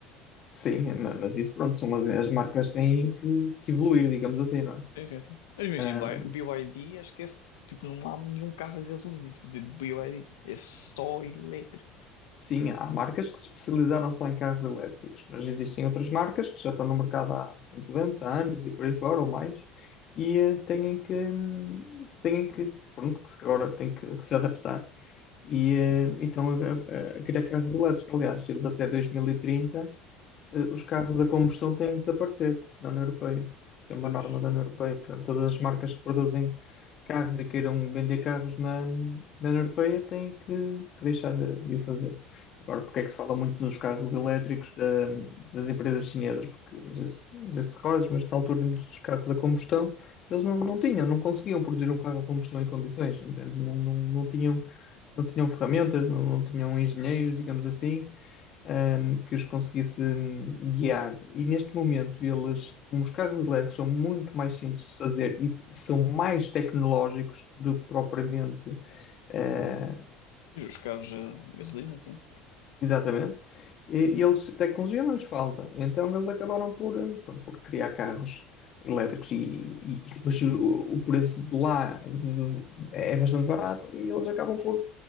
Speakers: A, on the left; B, on the left.
A: sim, ma- mas isso pronto, são as, as marcas têm que, que evoluir, digamos assim, não é?
B: Sim, sim, sim. Mas imagina,
A: Ahm,
B: bi- BYD, acho que é, s- tipo, não há nenhum carro a gasolina, tipo, de BYD, é só elétrico.
A: sim, há marcas que se especializaram só em carros elétricos, mas existem outras marcas que já estão no mercado há 50 anos e por aí fora ou mais, e eh, têm que, têm que, pronto, que agora têm que, que se adaptar. E eh, então a, a- a criar carros elétricos, aliás, eles até 2030 eh, os carros a combustão têm de desaparecer da União Europeia. Isto é uma
B: Pois.
A: norma da União Europeia. Portanto, todas as marcas que produzem carros e queiram vender carros na, na União Europeia têm que, que deixar de, de o fazer. Agora, porque é que se fala muito nos carros elétricos da- das empresas chinesas? Porque, não sei se, não sei se te recordas, mas na altura dos carros a combustão, eles não, não tinham, não conseguiam produzir um carro a combustão em condições, entende? Não, não, não tinham, não tinham ferramentas, não, não tinham engenheiros, digamos assim hum, que os conseguisse hum, guiar. E neste momento, eles, como os carros elétricos são muito mais simples de fazer e s- são mais tecnológicos do que propriamente. eh,
B: Mas Os carros a gasolina, sim.
A: exatamente. E, e eles, tecnologia não lhes falta. Então, eles acabaram por, hum, pronto, por criar carros. Elétricos e, e- e depois o, o preço de lá de- é bastante barato e eles acabam por